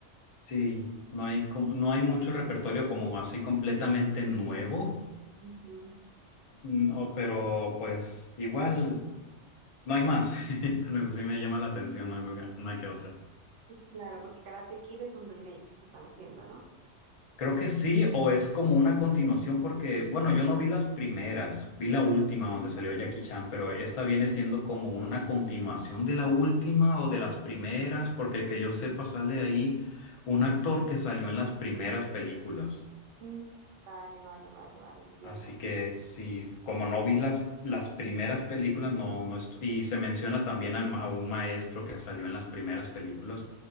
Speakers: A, on the left; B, on the right.
A: sí, no hay, como, no hay mucho repertorio como así completamente nuevo,
B: Ujú.
A: no, pero pues igual no hay más. <laughs> Pero sí me llama la atención ¿no? alguna- una que otra.
B: Claro, porque Karate Kid es un remake que están haciendo, ¿no?
A: Creo que sí, o es como una continuación porque, bueno, yo no vi las primeras, vi la última donde salió Jackie Chan, pero esta viene siendo como una continuación de la última o de las primeras, porque que yo sepa sale ahí un actor que salió en las primeras películas.
B: Mm, Vale, vale, vale, vale, entiendo.
A: Así que sí, como no vi las, las primeras películas, no, no estoy, y se menciona también al ma- a un maestro que salió en las primeras películas,